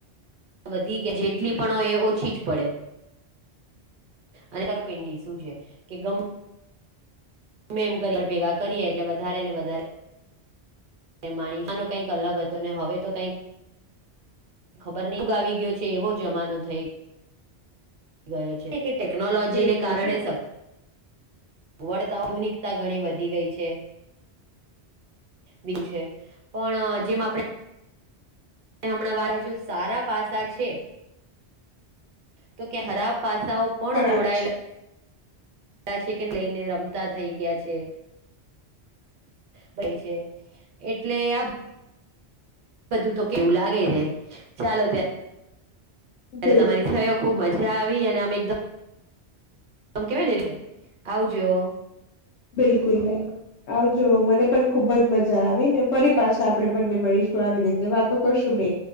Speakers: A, on the right (about 55°); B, on the left (about 85°).
A: વધી, જેટલી પણ હોય, એ ઓછી જ પડે અને તરપિંડી શું છે, કે ગમે એમ કરી ઘર ભેગા કરીએ, એટલે વધારે ને વધારે માણીનો કંઈક અલગ હતો, ને હવે તો કંઈક ખબર નઈ ઉગ આવી ગયો છે, એવો જમાનો થઈ ગયો છે. ટેકનોલોજીને
B: બિલકુલ
A: કારણે
B: બિલકુલ
A: સ. વડતા આધુનિકતા ઘણી વધી ગઈ છે. બી છે પણ જેમાં આપણેે. અને હમણાં વારા જો સારા પાસા છે. તો કે હરાબ પાસાઓ પણ
B: ખરાબ
A: જોડાયેલા.
B: છે
A: છે કે લઈને રમતા થઈ ગયા છે. ભાઈ છે એટલે આ. બધું તો કેવું લાગે છે ચાલો ત્યાં.
B: બિલકુલ
A: ત્યારે તમારી થયો ખૂબ મજા આવી અને અમે એકદમ. આમ કેવાય નહી રે આવજો.
B: બિલકુલ બિલકુલ આવજો મને પણ ખુબ જ મજા આવી ને ફરી પાછા આપડે બંને મળીશ. આવી રીતે વાતો કરશું બે